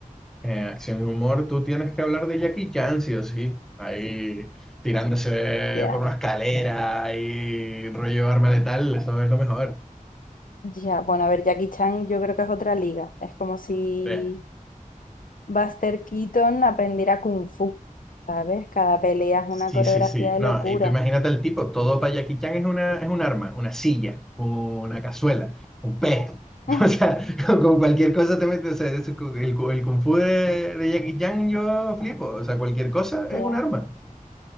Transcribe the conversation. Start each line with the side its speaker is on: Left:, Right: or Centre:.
Centre: Eh, acción y humor, tú tienes que hablar de Jackie Chan, sí o sí. Ahí tirándose
Left: Ya,
Centre: por una escalera y rollo arma letal, eso es lo mejor.
Left: ya. Bueno, a ver, Jackie Chan yo creo que es otra liga. Es como si
Centre: Eh,
Left: Buster Keaton aprendiera Kung Fu, ¿sabes? Cada pelea es
Centre: sí,
Left: una coreografía
Centre: sí, sí.
Left: de
Centre: No,
Left: locura.
Centre: y tú imagínate al tipo, todo para Jackie Chan es una, es un arma, una silla, una cazuela, un pez. <laughs>
Left: <laughs>
Centre: O sea, con, con cualquier cosa te metes. o sea, eso- es cu- el, cu- el kung fu de, de Jackie Chan yo flipo. O sea, cualquier cosa es
Left: Ya.
Centre: un arma.